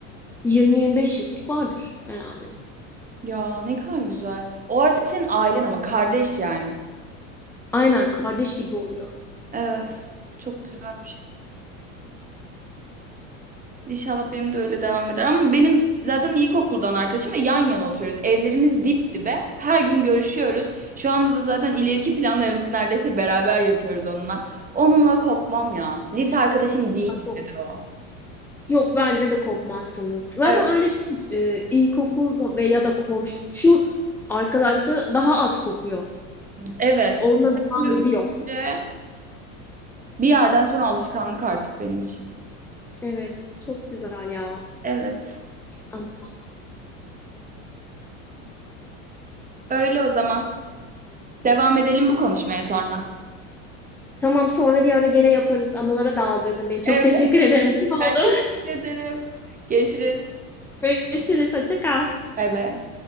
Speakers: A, in the centre; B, on the right (about 20°).
A: 20-25 yıllık vardır herhalde.
B: Ya ne kadar güzel. O artık senin ailen ama kardeş yani.
A: Aynen kardeş gibi oluyor.
B: Evet. Çok güzel. İnşallah benim de öyle devam eder. Ama benim zaten ilkokuldan arkadaşım ve yan yana oturuyoruz. Evlerimiz dip dibe. Her gün görüşüyoruz. Şu anda da zaten ileriki planlarımızı neredeyse beraber yapıyoruz onunla. Onunla kopmam ya. Lise arkadaşım değil
A: Yok,
B: dedi o.
A: Yok, bence de kopmazsınız. Zaten
B: Evet,
A: öyle şey, e, ilkokul ve ya da komşu arkadaşlığı daha az kopuyor.
B: evet.
A: Onunla devam
B: Görüşünce
A: ediyor.
B: bir yerden sonra alışkanlık artık benim için.
A: Evet, çok güzel ya.
B: Evet.
A: An-
B: Öyle o zaman. Devam edelim bu konuşmaya sonra.
A: Tamam sonra bir ara gene yaparız. Anılara daldırdın beni. Çok
B: Evet,
A: teşekkür ederim. Güzel
B: ben
A: oldu.
B: teşekkür ederim. Görüşürüz.
A: <laughs> Görüşürüz. Hoşça kal.
B: Bay bay.